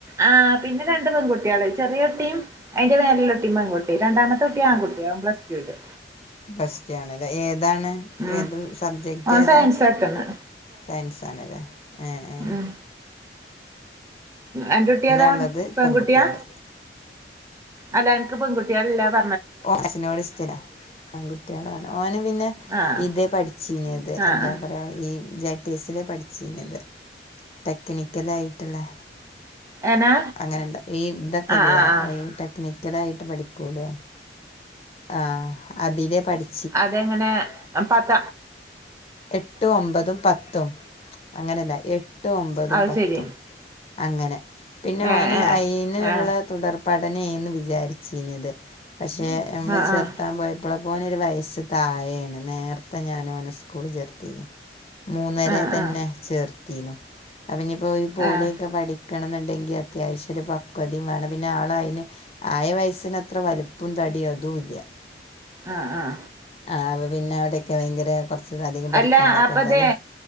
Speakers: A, on the right (about 15°); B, on the left (about 35°).
A: ആ പിന്നെ രണ്ട് പൺകുട്ടികള് ചെറിയൊട്ടിയും അതിന്റെ മേലെ ഒട്ടി പെൺകുട്ടി രണ്ടാമത്തെ ഒട്ടി ആൺകുട്ടി ഓൻ പ്ലസ്റ്റൂല്
B: പ്ലസ്റ്റു ആണ് ല്ലേ ഏതാണ്
A: ഉം
B: ഏത് സബ്ജക്റ്റ്
A: ഓൻ
B: ഏതാ
A: സയൻസാട്ട്ന്ന്
B: സയൻസ് ആണല്ലേ ഉ ഉ
A: ഉം അന്റെ കുട്ടി
B: പിന്നെ
A: ഏതാ
B: ഉള്ളത്
A: പെൺകുട്ടിയാ
B: പെൺകുട്ടികള്
A: അല്ല നിക്ക് പെൺകുട്ടിയളില്ലപ
B: ഓഫീസിനോട് സ്ഥിര <unintelligible> <inaudible> പെൺകുട്ടികളാണ് ഓന് പിന്നെ
A: ആഹ്
B: ഇതേ പഠിച്ചിനത്
A: ആഹ്
B: എന്താ പറയാ ഈ ടി സില പഠിച്ചഞ്ത് ടെക്നിക്കലാ യിട്ട്ള്ളെ
A: ഏനാ
B: അങ്ങനെ ഈ ഇതൊക്കെല്ലേ
A: ആഹ് ആഹ് ആഹ്
B: ഈ ടെക്നിക്കലായിട്ട് പഠിക്കൂലേ ആ അതിലേപഠി
A: അതെങ്ങനെ പത്ത
B: എട്ട് ഒമ്പതും പത്തും അങ്ങനല്ല എട്ട് ഒമ്പതും
A: അത്
B: പത്തും
A: ശരി
B: അങ്ങനെ പിന്നെ
A: ഏഹ്
B: ഓന്
A: ഏഹ്
B: അയിനുള്ള
A: ഏഹ്
B: തുടർ പഠനയെന്ന് വിചാരിച്ചിഞ്ഞത് പക്ഷെ നമ്മള്
A: ആഹ്
B: ചെറുത്താൻ
A: ആഹ്
B: പോയ ഇപ്പോള മോനൊരു വയസ്സ് താഴെയാണ് നേർത്തെ ഞാനവനെ സ്കൂളിൽ ചേർത്തന് മൂന്നര
A: ആഹ്
B: തന്നെ
A: ആഹ്
B: ചേർത്തിരുന്നു അവനിപ്പോ ഈ പോളിയൊക്കെ
A: ആഹ്
B: പഠി എന്നുണ്ടെങ്കിൽ അത്യാവശ്യ ഒരു പക്വതിയും വേണം പിന്നെ ആള അതിന് ആയ വയസ്സിനത്ര വല വലുപ്പോം തടീം അതും ഇല്ല
A: ആഹ ആഹ
B: ആ അപ്പ പിന്നെ അവിടൊക്കെ ഭയങ്കര കുറച്ച് അധികം പഠിക്കാണ്ട്
A: അല്ല
B: അപ്പൊ
A: അപ്പത
B: എന്തായാലും